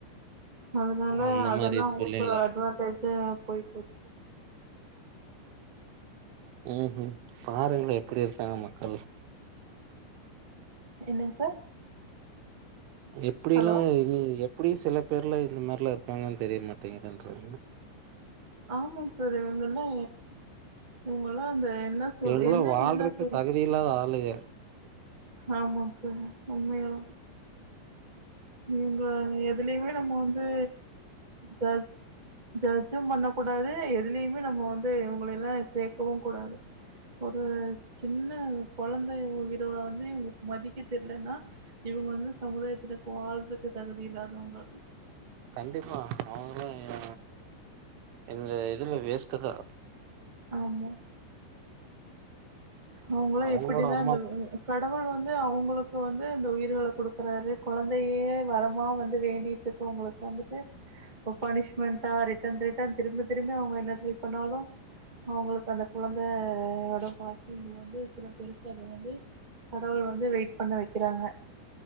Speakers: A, on the right (about 60°); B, on the right (about 80°).
A: அதனால
B: அந்த
A: அதெல்லா
B: மாரி இருக்கு
A: உங்களுக்கு
B: இல்லைங்களா?
A: ஒரு அட்வான்டேஜ் போயி போச்சு
B: ம்ஹும் பாருங்களே எப்படி இருக்காங்க மக்கள்
A: என்னங்க சார்
B: எப்படிலா
A: ஹலோ
B: இது எப்படி சில பேர்ல இந்த மார்ல இருக்காங்கன் தெரியமாட்டேங்கன்ற
A: ஆமாங்க சார் இவங்கல்லே இவுங்களா அந்த என்ன சொல்
B: இவங்கலாம்
A: என்ன
B: வாழ்றக்கு
A: இதலா சொ
B: தகுதி இல்லாத ஆளுக
A: ஆமாங் சார் உண்மையலு இவுங்க எதுலயுமே நம்ம வந்து ஜட்ஜ் ஜட்ஜும் பண்ண கூடாது எதுலயுமே நம்ம வந்து இவுங்களை எல்லா சேக்கவு கூடாது ஒரு சின்ன கொழந்த உயிர வந்து இவுங்களுக்கு மதிக்க தெரிலன்னா இவுங்க வந்து சமுதாயத்துல வாழ்றதுக்கு தகுதி இல்லாதவுங்க
B: கண்டிப்பா அவங்கதா எ இந்த இதுல வேஸ்ட்டா தாருக்கு
A: ஆமா அவங்களு
B: அவங்களோட
A: எப்படிதா
B: அம்மா
A: இந்தவ கடவுள் வந்து அவங்களுக்கு வந்து இந்த உயிர்கள கொடுக்குறாரு கொழந்தையே வரமா வந்து வேண்டிட்டு இருங்குறவங்களுக்கு வந்துட்டு இப்ப பனிஷ்மெண்ட்டா ரிட்டன் ரிட்டன் திரும்பி திரும்பி அவங்க என்ன ட்ரை பண்ணாலு அவங்களுக்கு அந்த குழந்தையோட பாக் வங்க வந்து சில பேருக்கு அது வந்து கடவுள் வந்து வெயிட் பண்ண வைக்கிறாங்க